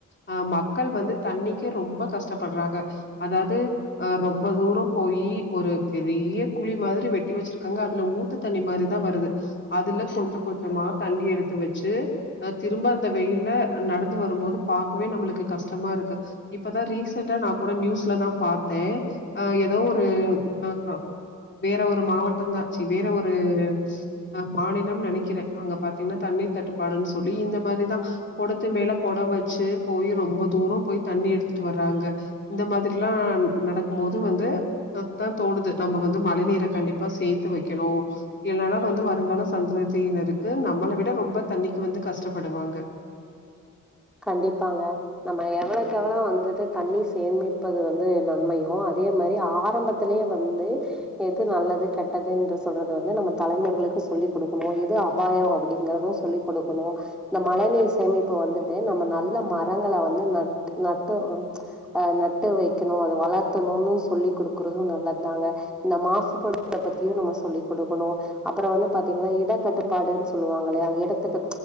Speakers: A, on the left (about 35°); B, in the centre.
A: ஆ மக்கள் வந்து தண்ணீக்கே ரொம்ப கஷ்டப்படு ராங்க அதாவது அ ரொம்ப தூரோ போய் ஒரு பெரிய குழி மாதிரி வெட்டி வெச்சு இருக்காங்க அதுல ஊத்து தண்ணி மாரிதா வருது அதுல கொஞ்ச கொஞ்சமா தண்ணி எடுத்து வெச்சு அ திரும்ப அந்த வெயில்ல நடந்து வரும் போது பாக்கவே நம்மளுக்கு கஷ்டமா இருக்கு இப்பதா ரீசண்டா நா கூட நியூஸ்லதா பாத்தே அ ஏதோ ஒரு ஆ வேற ஒரு மாவட்டம் தா சி வேற ஒரு அ மாநிலம் நெனைக்கிறே அங்க பாத்தீங்கன்னா தண் ணி தட்டு பாடுன்ச் சொல்லி இந்த மாரிதா குடத்து மேல குட வச்சு போய் ரொம்ப தூரோ போய் தண்ணி எடுத்துட்டு வர்றாங்க இந்த மாதிரில்லா நடக்கும் போது வந்து அதா தோணுது நம்ம வந்து மழை நீர கண்டிப்பா சேத்து வைக்கணு இல்லன்னா வந்து வருங்கால சந்ததியினருக்கு நம்மள விட ரொம்ப தண்ணி க்கு வந்து கஷ்டப்படுவாங்க
B: கண்டிப்பாங்க நம்ம எவ்வளக்கு எவ்வளோ வந்துட்டு தண்ணி சேமிப்பது வந்து நன்மையோ அ தே மாரி ஆரம்பத்திலயே வந்து எது நல்லது கெட்டது என்று சொல்றது வந்து நம்ம தலைமுரைகளுக் கு சொல்லிக் குடுக்கணு எது அபாயோ அப்டிங்கறது சொல்லிக் கொடுக்கணு இந்த மழை நீர் சேமிப்பு வந்துட் டு நம்ம நல்ல மரங்கள வந்து நட் நட்டு ம் ஆ நட்டு வைக்கணு அது வளத்து ணுனு சொல்லிக் குடுக்கறது நல்லது தாங்க இந்த மாசுபடுத்த பத்தியு நம்ம சொல்லிக் குடுக்கணு அப்புற வந்து பாத்தீங்களா இடக்கட்டுப்பாடுன் சொல்லுவாங்க இல்லையா இடத்துக்கு